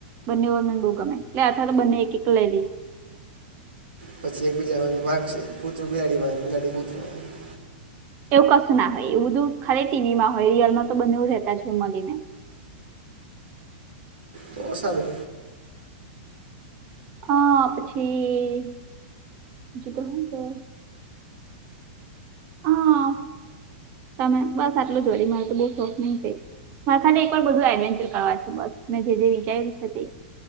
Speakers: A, on the right (about 35°); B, on the right (about 85°).
A: બંને મગુ ગમે એટલે અથવા તો બંને એક એક લઈ લઈશ
B: પછી એકબીજા ભાગ છે કુતરોું બિલાડી વાય બિલાડી કુતરો વાય કુતરો
A: એવું કશું ના હોય એવું બધું ખા ટીવીમાં હોય રયલમાં તો બને એવું રહેતા જ હોય મળીને
B: બહ સારું.
A: હા પછી જુ તો શું કેવાય? હા તમે બસ આટલું જોડી મારે તો બહ શોખ નહી થ. મારે ખાલી એકવાર બધું એડવેન્ચર કરવા છે. બસ મે જે જે વિચાર્યું છે તે